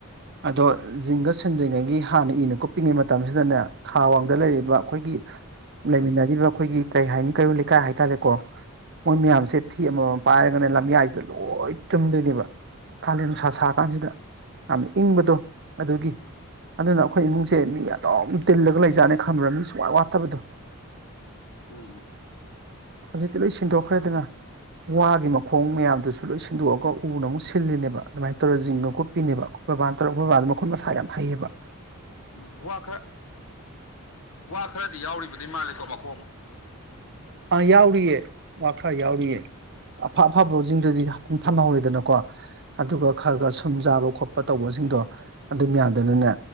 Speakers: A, on the right (about 50°); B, on the left (about 70°).
A: ꯑꯗꯣ ꯖꯤꯡꯒ ꯁꯤꯟꯗ꯭ꯔꯤꯉꯩ ꯒꯤ ꯍꯥꯟꯅ ꯏꯅ ꯀꯨꯞꯄꯤꯤꯉꯩ ꯃꯇꯝꯁꯤꯗꯅꯦ ꯈꯥ ꯋꯥꯡꯗ ꯂꯩꯔꯤꯕ ꯑꯩꯈꯣꯏꯒꯤ ꯂꯩꯃꯤꯟꯅꯔꯤꯕ ꯑꯩꯈꯣꯏꯒꯤ ꯀꯩ ꯍꯥꯏꯅꯤ ꯀꯩꯔꯣꯜ ꯂꯩꯀꯥꯏ ꯍꯥꯏꯇꯥꯔꯦꯀꯣ ꯃꯣꯏ ꯃꯌꯥꯝꯁꯦ ꯐꯤ ꯑꯃꯃꯝ ꯄꯥꯏꯔꯒꯅꯦ ꯂꯝꯌꯥꯏꯁꯤꯗ ꯂꯣꯏ ꯆꯨꯝꯗꯣꯏꯅꯦꯕ ꯀꯥꯂꯦꯟ ꯅꯨꯡꯁꯥ ꯁꯥ ꯀꯥꯟꯁꯤꯗ ꯌꯥꯝꯅ ꯏꯪꯕꯗꯣ ꯑꯗꯨꯒꯤ ꯑꯗꯨꯅ ꯑꯩꯈꯣꯏ ꯏꯃꯨꯡꯁꯤꯡ ꯁꯦ ꯃꯤ ꯑꯗꯨꯝ ꯇꯤꯜꯂꯒ ꯂꯩꯖꯥꯠꯅꯤ ꯈꯪꯨꯔꯅꯤ ꯁꯨꯡꯋꯥꯥꯏ ꯋꯥꯠꯇꯕꯗꯣ
B: ꯎꯝ
A: ꯍꯧꯖꯤꯛꯇꯤ ꯂꯣꯏ ꯁꯤꯟꯗꯣꯛꯈ꯭ꯔꯦꯗꯅ ꯋꯥꯒꯤ ꯃꯈꯣꯡ ꯃꯌꯥꯝꯗꯨꯁꯨ ꯂꯣꯏ ꯁꯤꯟꯗꯣꯛꯑꯒ ꯎꯅ ꯑꯃꯨꯛ ꯁꯤꯜꯂꯤꯅꯦꯕ ꯑꯗꯨꯃꯥꯏꯅ ꯇꯧꯔꯒ ꯤꯡꯉ ꯈꯣꯠꯄꯤꯅꯦꯕ ꯑꯩꯈꯣꯏ ꯕꯕꯥꯅ ꯇꯧꯔꯒ ꯕꯕꯥꯗꯨꯅ ꯃꯈꯨꯠ ꯃꯁꯥ ꯌꯥꯝ ꯍꯩꯑꯕ <unintelligible>
B: ꯎꯝ ꯋꯥ ꯈꯔ ꯋꯥ ꯈꯔꯗꯤ ꯌꯥꯎꯔꯤꯕꯗꯤ ꯃꯥꯜꯂꯦꯀꯣ ꯃꯈꯣꯏ
A: ꯑ ꯌꯥꯎꯔꯤꯌꯦ ꯈꯔ ꯌꯥꯎꯔꯤꯌꯦ ꯑꯐ ꯑꯐꯕꯁꯤꯡꯗꯨꯗꯤ ꯑꯗꯨꯝ ꯐꯝꯍꯧꯔꯤꯦꯗꯅꯀꯣ ꯑꯗꯨꯒ ꯈꯔ
B: ꯎꯝ
A: ꯈꯔ ꯁꯨꯝ ꯆꯥꯕ ꯈꯣꯠꯄ ꯇꯧꯕꯁꯤꯡꯗꯣ ꯑꯗꯨꯝ ꯌꯥꯗꯅꯅꯦ